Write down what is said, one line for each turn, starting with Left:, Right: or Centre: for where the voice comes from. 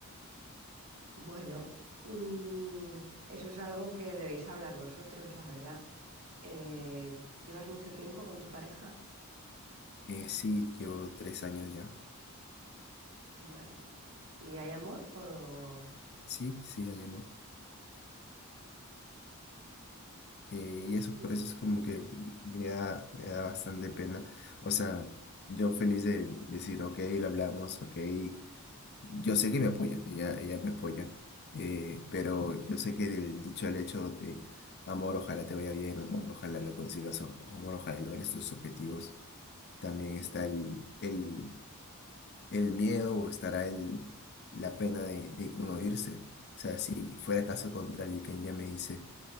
Right: Bueno, mm, eso es algo que debéis hablar vosotros, la verdad. Eh, ¿llevas mucho tiempo con tu pareja?
Left: Eh, sí, llevo tres años ya.
Right: Bueno, ¿y hay amor o...?
Left: Sí, sí, hay amor. Eh, y eso,
Right: Mm.
Left: por eso es como que me da, me da bastante pena. O sea, yo feliz de decir, ok, lo hablamos, ok, Yo sé que me apoya, ella, ella me apoya, eh, pero yo sé que del dicho al hecho de amor, ojalá te vaya bien, amor, ojalá lo consigas, o, amor, ojalá logres tus objetivos, también está el, el, el miedo o estará el, la pena de, de uno irse. O sea, si fuera caso contrario, y que ella me dice,